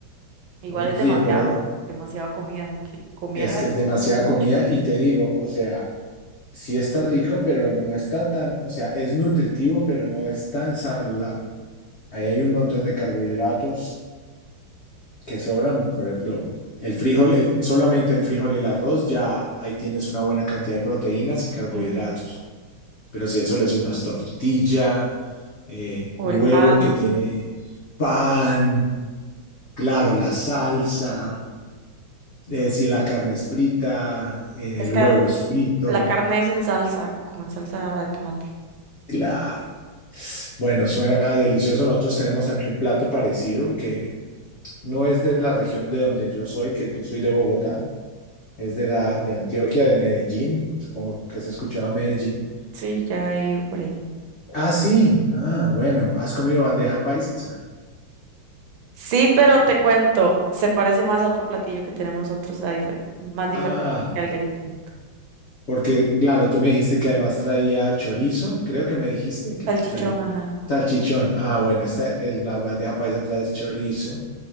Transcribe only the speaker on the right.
Igual
es demasiada,
demasiada comida, aunque comiera
esas
cosas es mucho.
Ujú.
O
el pan.
Es
car-
la carne es en salsa, como en salsa de tomate.
Sí, ya he ido por ahí.
Sí, pero
te cuento, se parece más a otro platillo que tenemos nosotros a difer- más diferente
al gallo pinto.
Salchichón,
ajá.